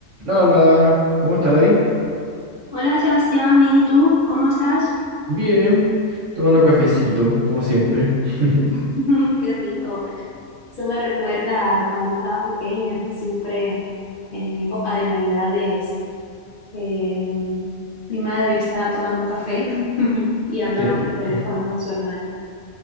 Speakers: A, on the right (about 65°); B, on the left (about 55°).
A: La, la, ¿cómo estáis?
B: Hola Sebastián, bien, ¿y tú? ¿Cómo estás?
A: Bien, tomando cafecito, como siempre. <laughs>
B: <laughs> Qué rico. Eso me recuerda a cuando estaba pequeña, que siempre en mi época de Navidades eh, mi madre estaba tomando café <laughs> y hablaba
A: Qué rico,
B: por teléfono con su hermano.